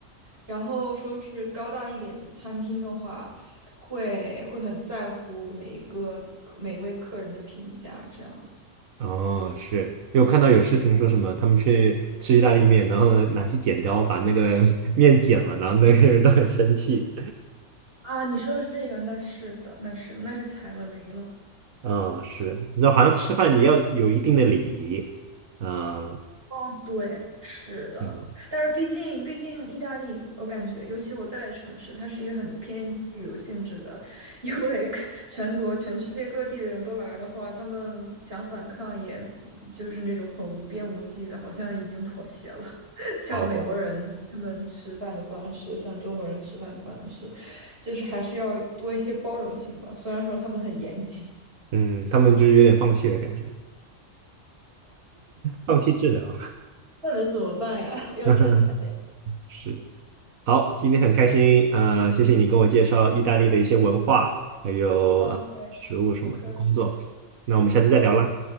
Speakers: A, on the right; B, on the right.
A: 然后说是高档一点的餐厅的话，会会很在乎每一个每一位客人的评价，这样子。
B: 哦，是，因为我看到有视频说什么，他们去吃意大利面，然后呢拿起剪刀把那个 <laughs> 面剪了，然后那些人都很生气。
A: 啊，你说的是这个，那是的，那是那是踩了雷了。
B: 啊，是，你知道好像吃饭也要有一定的礼仪。嗯，
A: 哦，对，是的，
B: 嗯，
A: 但是毕竟毕竟意大利，我感觉，尤其我在的城市，它是一个很偏旅游性质的，因为 <laughs> 全国全世界各地的人都来的话，他们想反抗，也就是那种很无边无际的，好像已经妥协了。<laughs> 像美国人他们吃饭的方式，
B: 好吧，
A: 像中国人吃饭的方式，就是还是要多一些包容性吧。虽然说他们很严谨。
B: 嗯，他们就是有点放弃的感觉，放弃治疗。
A: 那能怎么办呀？<laughs> 要赚钱的呀。
B: <laughs> 是。好，今天很开心，呃，谢谢你跟我介绍意大利的一些文化，还有呃食物什么的工作。
A: OK，不客气，
B: 那我们下次再聊啦，
A: 呃，